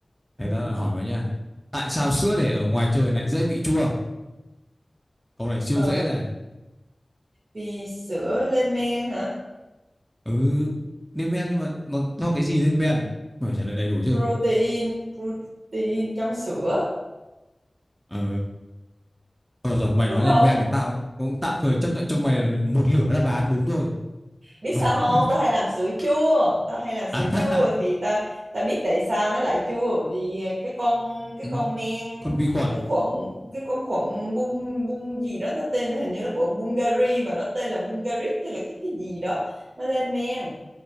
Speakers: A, in the centre; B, on the right (about 85°).
A: Thế
B: ừ.
A: ta lại hỏi vào nha. Tại sao sữa để ở ngoài trời lại dễ bị chua? Câu này siêu
B: ờ
A: dễ này.
B: vì sữa lên men hả
A: Ừ, lên men nhưng mà nó do cái gì lên men? Mày phải trả lời đầy đủ chứ.
B: protein protein trong sữa
A: Ờ, thôi rồi, mày
B: đúng
A: nói
B: không
A: lên men thì tao cũng tạm thời chấp nhận cho mày là một lửa đáp án đúng thôi.
B: biết
A: <laughs>
B: sao không tao hay làm sữa chua tao hay làm
A: À,
B: sữa chua thì tao tao biết tại sao nó lại chua bởi vì cái con cái
A: ừ,
B: con men
A: con vi khuẩn.
B: cái khuẩn cái con khuẩn bung bung gì đó nó tên hình như nó bộ Bulgari mà nó tên là Bulgarit hay là cái cái gì đó nó lên men